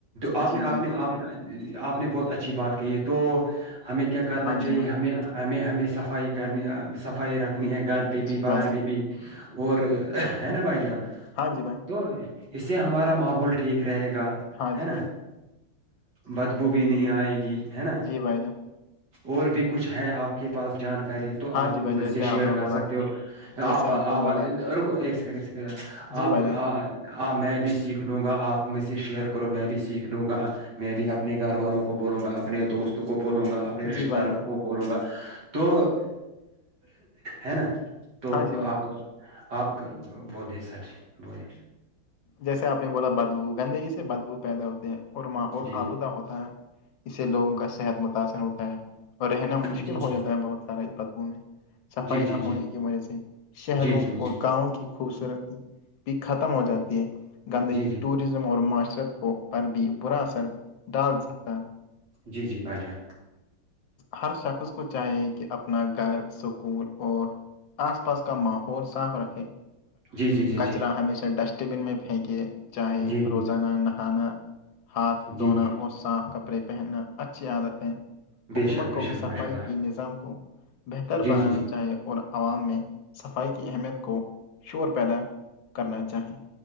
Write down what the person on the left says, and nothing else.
جی
بھائی
جان
ہاں
جی بھائی
جی
بھائی جان
ہاں جی بھائی
ہاں
جی بھائی
جی بھائی جان
ہاں
جی
بھائی جیسے
آپ
نے
بولا
جیسے
نے بولا
جی بھائی جان
جی بھائی
جان
ہاں جی بھائی
جیسے آپ نے بولا بدبو گندگی سے بدبو پیدا ہوتے ہیں اور ماحول
آلودہ ہوتا ہے اس سے لوگوں کا صحت متاثر ہوتا ہے اور رہنا مشکل
ہو جاتا ہے بہت سارا اس بدبو میں صفائی
نہ ہونے کی وجہ سے
شہروں
اور گاؤں کی خوبصورتی ختم ہو جاتی ہے گندگی
ٹور ٹز اور معاشرت کو پر بھی برا اثر ڈال سکتا ہے
ہر شخص کو چاہیے کہ اپنا گھر سکول اور آس پاس کا ماحول صاف رکھے
کچرا
ہمیشہ ڈسٹ بن میں پھینکے چاہے
روزانہ نہانا ہاتھ
دھونا
اور صاف کپڑا کپڑے پہننا اچھی عادت ہے
حکومت
کو
بھی
صفائی
کے نظام کو بہتر
بنانے
چاہیے اور عوام میں صفائی کی اہمیت کو شور پیدا کرنا چاہیے